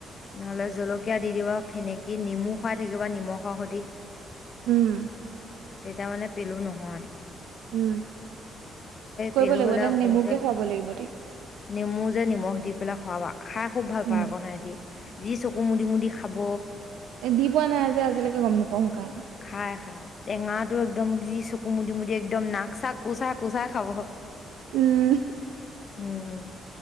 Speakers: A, on the left; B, on the right.
A: নহ'লে জলকীয়া দি দিবা ফেনেকি নিমু খাই থাকিবা নিমখৰ সতে।
B: উম।
A: তেতিয়া মানে পেলু ন হয়।
B: উম' কৰিব
A: পেলু
B: লাগিব
A: হ'লে
B: তাই নেমুকে
A: সৰুতে
B: খুৱাব লাগিব ত
A: নেমু যে নিমখ দি পেলাই খুৱাবা। খাই খুব ভাল পায়
B: উম
A: আকৌ সিহঁতি যি চকু মুদি-মুদি খাব।
B: এ দি পোৱা নাই যে আজিলৈকে গম নাপাওঁ শ কাৰানে।
A: খাই খাই টেঙাটো একদম যি চ কু মুদি-মুদি একদম নাক চাক কোচা-কোচা খাব।
B: উম
A: উম-উম,